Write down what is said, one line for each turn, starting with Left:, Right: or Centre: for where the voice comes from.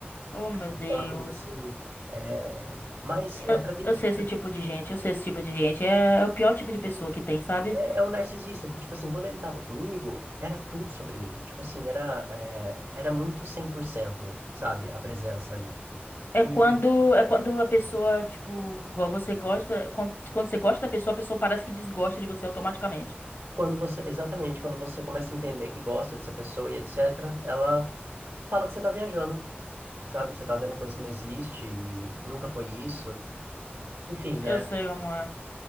Left: oh, meu Deus.
Right: Aquela coisa assim, é, mas é
Left: Eu,
Right: pra mim,
Left: eu sei esse tipo de gente. Eu sei esse tipo de gente. É, é o pior tipo de pessoa que tem, sabe?
Right: é, é o narcisista, porque, tipo assim, quando ele tava comigo, era tudo sobre mim, tipo assim, era, é, era muito cem por cento sabe? A presença ali.
Left: É
Right: e
Left: quando, é quando a pessoa, tipo, igual você gosta. Quando, quando você gosta da pessoa, a pessoa parece que desgosta de você automaticamente.
Right: Quando você, exatamente, quando você começa a entender que gosta dessa pessoa e etc., ela fala que você tá viajando, sabe? Que você tá vendo coisa que não existe e nunca foi isso. Enfim, né?
Left: Eu sei, amor.